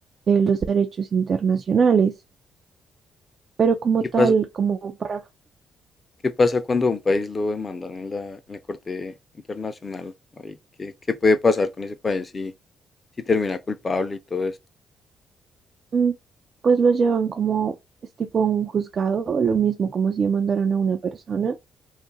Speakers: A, on the right; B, on the left.
A: de los derechos internacionales. pero como
B: ¿Qué
A: tal,
B: pasa,
A: como para,
B: qué pasa cuando a un país lo demandan en la, en la Corte Internacional? Ahí, ¿qué, qué puede pasar con ese país si, si termina culpable y todo esto?
A: mm, pues los llevan como, es tipo a un juzgado, lo mismo como si mandaron a una persona